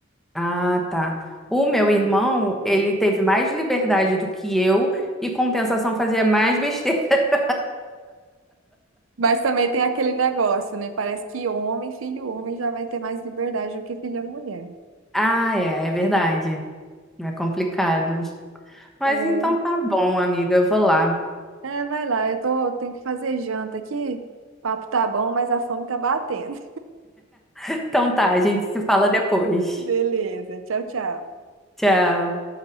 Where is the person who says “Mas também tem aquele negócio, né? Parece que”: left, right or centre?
Right